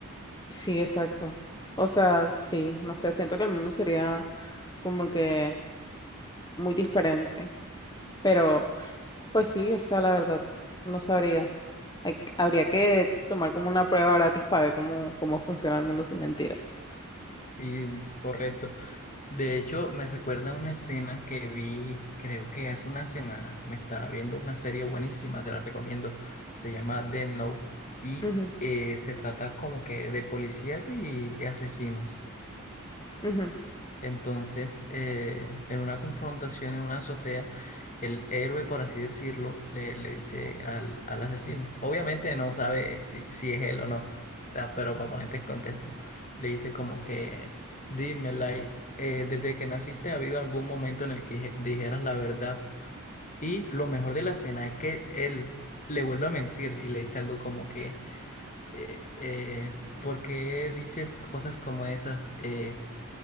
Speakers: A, on the left (about 20°); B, on the left (about 35°).
A: Sí, exacto. O sea, sí, no sé, siento que el mundo sería como que muy diferente, pero pues sí, o sea, la verdad, no sabría. Hay- habría que tomar como una prueba gratis para ver cómo, cómo funciona el mundo sin mentiras.
B: Y correcto. De hecho, me recuerda una escena que vi, creo que hace una semana. Me estaba viendo una serie buenísima, te la recomiendo. Se llama Death Note y
A: Ujú,
B: eh, se trata como que de policías y asesinos.
A: ujú,
B: Entonces, eh, en una confrontación en una azotea, el héroe, por así decirlo, le, le dice al, al asesino. Obviamente no sabe eh, si, si es él o no, o sea, pero para ponerte en contexto, le dice como que, dime, Light, eh, desde que naciste ha habido algún momento en el que dije- dijeras la verdad. Y lo mejor de la escena es que él le vuelve a mentir y le dice algo como que, eh, eh, ¿por qué dices cosas como esas? Eh,